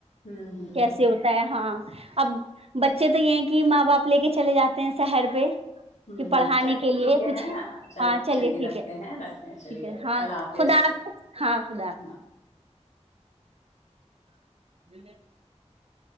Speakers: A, on the left (about 80°); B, on the right (about 60°).
A: ہوں ہوں
B: کیسے
A: ہوں
B: ہوتا ہے ہاں اب بچے تو یہ ہے کہ ماں باپ لے کے چلے جاتے ہیں شہر پہ
A: ہوں
B: کہ
A: ہ
B: پڑھانے
A: چلیے
B: کے
A: ٹھیک
B: لیے کچھ
A: ہے چل
B: ہاں
A: چلیے
B: ٹھیک
A: رکھتے
B: ہے
A: ہیں رکھتے ہیں
B: ٹھیک
A: چلیے
B: ہے
A: اوکے
B: ہاں
A: اللہ حافظ
B: خدا حافظ. ہاں خدا
A: ہ
B: <inaudible>